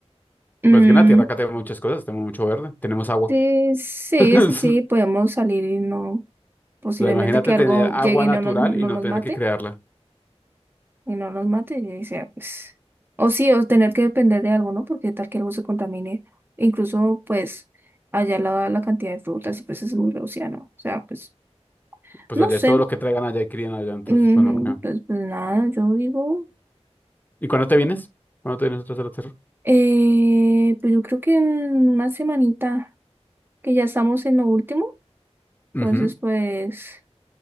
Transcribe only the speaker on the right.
Mm,
Sí, sí,
sí, sí, podemos salir y no, posiblemente
que algo
llegue y
no nos, no
nos
mate,
y no nos mate, y sea, pues, o sí, o tener que depender de algo, ¿no? Porque tal que algo se contamine, incluso, pues, allá la, la cantidad de frutas, y pues es muy reducida, ¿no? O sea, pues,
no
sé,
mm,
pues, pues nada, yo digo,
eh, pues yo creo que en una semanita, que ya estamos en lo último,
entonces, pues,